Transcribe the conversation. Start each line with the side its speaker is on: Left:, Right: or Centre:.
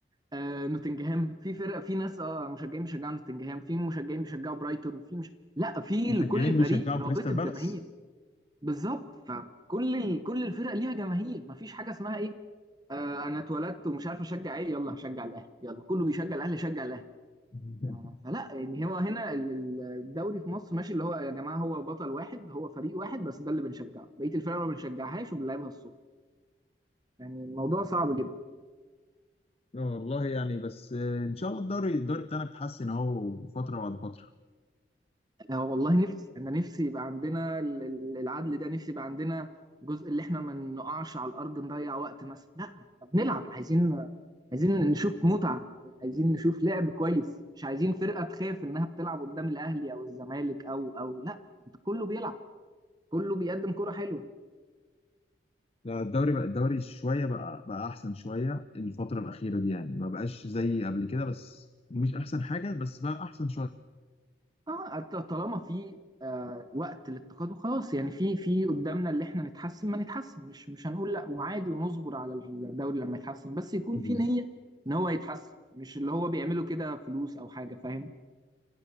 Right: آه نوتنجهام في فرق في ناس اه مشجعين بيشجعوا نوتنجهام في مشجعين بيشجعوا برايتون في مش لا في
Left: مشجعين
Right: لكل فريق
Left: بيشجعوا
Right: رابطه
Left: كريستال
Right: جماهير
Left: بالاس
Right: بالظبط فكل ال... كل الفرق ليها جماهير مفيش حاجه اسمها ايه آه انا اتولدت ومش عارف اشجع ايه يلا هشجع الاهلي يلا كله بيشجع الاهلي شجع الاهلي
Left: <laughs>
Right: آه، فلا يعني هو هنا ال- ال- الدوري في مصر ماشي اللي هو يا جماعه هو بطل واحد هو فريق واحد بس ده اللي بنشجعه بقيه الفرق ما بنشجعهاش وبنلعبها الصبح يعني الموضوع صعب جدا
Left: لا والله يعني بس آه، ان شاء الله الدوري الدوري بتاعنا بيتحسن اهو فتره بعد فتره
Right: انا والله نفسي انا نفسي يبقى عندنا ال- ال- العدل ده نفسي يبقى عندنا جزء اللي احنا ما نقعش على الارض نضيع وقت مثلا لا احنا بنلعب عايزين عايزين نشوف متعة عايزين نشوف لعب كويس مش عايزين فرقة تخاف انها بتلعب قدام الاهلي او الزمالك او او لا انت كله بيلعب كله بيقدم كرة حلوة
Left: لا الدوري بقى الدوري شويه بقى بقى احسن شويه الفتره الاخيره دي يعني ما بقاش زي قبل كده بس مش احسن حاجه بس بقى احسن
Right: اه ط- طالما في آه وقت للتقادم خلاص يعني في في قدامنا اللي احنا نتحسن ما نتحسن مش مش هنقول لا وعادي ونصبر على الدوري لما يتحسن بس يكون
Left: شويه
Right: في نية ان هو يتحسن مش اللي هو بيعمله كده فلوس او حاجة فاهم